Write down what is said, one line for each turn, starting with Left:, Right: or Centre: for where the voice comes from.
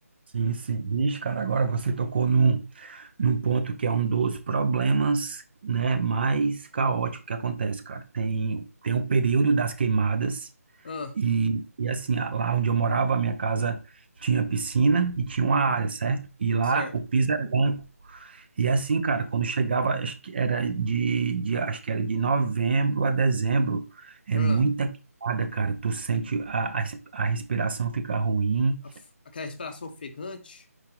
Right: sim, sim. Bicho, cara, agora você tocou num, num ponto que é um dos problemas, né, mais caótico que acontece, cara. Tem tem o período das queimadas
Left: Ah,
Right: e, e assim, a- lá onde eu morava, a minha casa tinha piscina e tinha uma área, certo? E lá
Left: certo.
Right: o piso era branco. E assim, cara, quando chegava, acho que era de, de acho que era de novembro a dezembro, é
Left: Ah,
Right: muita queimada, cara. Tu sente a, a, res- a respiração ficar ruim.
Left: a f- aquela respiração ofegante.